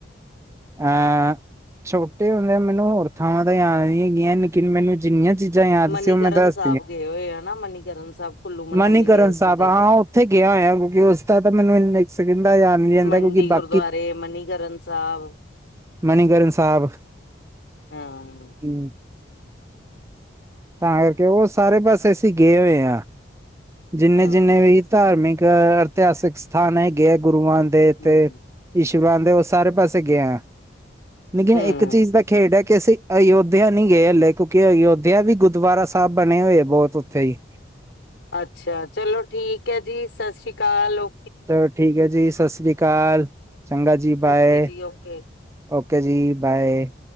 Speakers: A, on the right (about 15°); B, on the left (about 65°).
A: ਹਾਂ ਛੋਟੇ ਹੁੰਦਿਆਂ ਮੈਨੂੰ ਹੋਰ ਥਾਵਾਂ ਤਾਂ ਯਾਦ ਨੀ ਹੈਗੀਆਂ, ਲੇਕਿਨ ਮੈਨੂੰ ਜਿੰਨੀਆਂ ਚੀਜ਼ਾਂ ਯਾਦ
B: ਮਨੀਕਰਨ
A: ਸੀ ਉਹ ਮੈਂ ਦੱਸ
B: ਸਾਹਿਬ ਗਏ ਹੋਏ ਹਨਾ ਮਨੀਕਰਨ ਸਾਹਿਬ ਕੁੱਲੂ ਮਨਾਲੀ
A: ਮਨੀਕਰਨ
B: ਗਏ
A: ਸਾਹਿਬ
B: ਸੀ ਜਦੋਂ
A: ਹਾਂ ਉੱਥੇ ਗਿਆ ਹੋਇਆ ਕਿਉਂਕਿ ਉਸਦਾ ਤਾਂ ਮੈਨੂੰ ਨਖ ਸਕਦਾ ਆ ਨਹੀਂ ਲਦਾ
B: ਮੰਡੀ
A: ਕਿਉਂਕਿ
B: ਗੁਰਦੁਆਰੇ
A: ਬਾਕੀ <unintelligible>
B: ਮਨੀਕਰਨ ਸਾਹਿਬ
A: ਮਨੀਕਰਨ ਸਾਹਿਬ
B: ਹਾਂ
A: ਹੂੰ ਤਾਂ ਕਰਕੇ ਉਹ ਸਾਰੇ ਪਾਸੇ ਅਸੀਂ ਗਏ ਹੋਏ ਹਾਂ। ਜਿੰਨੇ-ਜਿੰਨੇ
B: ਹਾਂ
A: ਵੀ ਧਾਰਮਿਕ ਇਤਿਹਾਸਿਕ ਸਥਾਨ ਹੈਗੇ ਹੈ ਗੁਰੂਆਂ ਦੇ
B: ਹਮ
A: ਤੇ ਈਸ਼ਵਰਾਨ ਦੇ ਉਹ ਸਾਰੇ ਪਾਸੇ ਗਏ ਆ। ਲੇਕਿਨ
B: ਹਮ
A: ਇੱਕ ਚੀਜ਼ ਦਾ ਖੇਡ ਹੈ ਕਿ ਅਸੀਂ ਅਯੋਧਿਆ ਨਹੀਂ ਗਏ ਹਲੇ ਕਿਉਂਕਿ ਅਯੋਧਿਆ ਵੀ ਗੁਰਦੁਆਰਾ ਸਾਹਿਬ ਬਣੇ ਹੋਏ ਬਹੁਤ ਉੱਥੇ ਹੀ।
B: ਅੱਛਾ ਚਲੋ ਠੀਕ ਹੈ ਜੀ ਸਤਿ ਸ੍ਰੀ ਅਕਾਲ। ਔ
A: ਚਲੋ ਠੀਕ ਹੈ ਜੀ ਸਤਿ ਸ੍ਰੀ ਅਕਾਲ ਚੰਗਾ ਜੀ ਬਾਏ।
B: ਓਕੇ ਜੀ ਓਕੇ
A: ਓਕੇ ਜੀ ਬਾਏ।